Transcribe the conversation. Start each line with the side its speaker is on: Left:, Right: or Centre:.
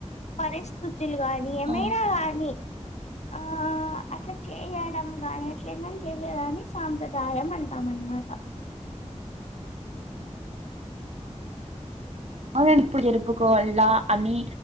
Left: పరిస్ తతులు గానీ ఏమైన
Right: ఆ
Left: గానీ ఆ అట్లా చేయడం గాని చేమించేది వానిష్ సాంప్రదాయం అంటామ్ ఆన్ మాట
Right: అవునను ఇప్పుడు జరుపుకోవా ల్లా అని